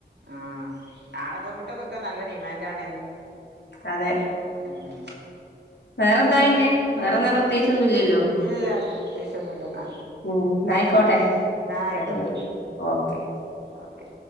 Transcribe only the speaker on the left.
അതെ
വേറെന്താ പിന്നെ വേറെന്താ പ്രത്യേകിച്ചോന്നുമില്ലല്ലോ
ഉം എന്നയിക്കോട്ടെ, എന്ന
ശരി ഓക്കെ